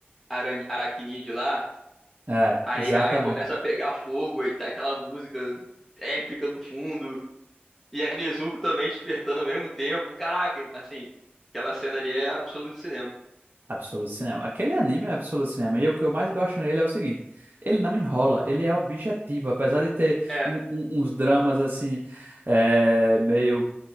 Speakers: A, in the centre; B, on the right.
A: aran- aracnídeo lá.
B: É,
A: Aí,
B: exatamente.
A: aí começa a pegar fogo e tá aquela música épica do fundo. E a Nezuko também despertando ao mesmo tempo. Caraca, assim, aquela cena ali é absoluto cinema.
B: Absoluto Cinema. Aquele anime é Absoluto Cinema. E o que eu mais gosto nele é o seguinte: ele não enrola, ele é objetivo. Apesar de ter
A: É,
B: um- um- uns dramas assim, é, meio